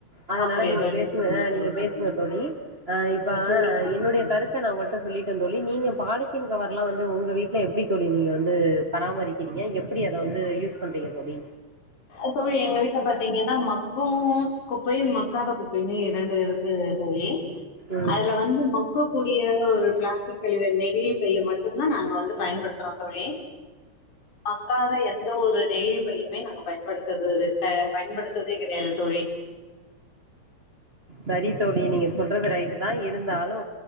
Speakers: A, on the right (about 30°); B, on the left (about 85°).
A: அதுனால
B: அப்படியா
A: நீங்க
B: தோழி
A: பேசுங்க
B: சரிங்க
A: ஆ
B: தோழி
A: நீங்க
B: சரிங்க
A: பேசுங்க தோழி ஆ இப்ப
B: சரிங்க
A: என்னுடைய
B: தோழி
A: கருத் த நா உங்கிட்ட சொல்லிட்டே தோழி நீங்க பாலித்தீன் கவர்லா வந்து உங்க வீட்ல எப்டி தோழி நீங்க வந் து பராமரிக்கிறீங்க எப்பிடி அத வந்து யூஸ் பண்றீங்க தோழி
B: அ தோழி எங்க வீட்ல பாத்தீங்கன்னா மக்கும் குப்பையு மக்காத குப்பையுமே ரெண்டு இரு க்கு தோழி
A: ம்
B: அதுல வந்து மக் க கூடிய ஒரு பிளாஸ்டிக் கழிவு நெகிழிப்பைய மட்டுந்தா நாங்க வந்து பயன்படுத்றோ தோழி மக்காத எந்த ஒரு நெகிழிப்பையுமே நாங்க பயன்படுத்தருது அ பயன்படுத்துறதே கெடையாது தோழி
A: சரி தோழி நீங்க சொல்றது ரைட்டு தா இருந்தாலு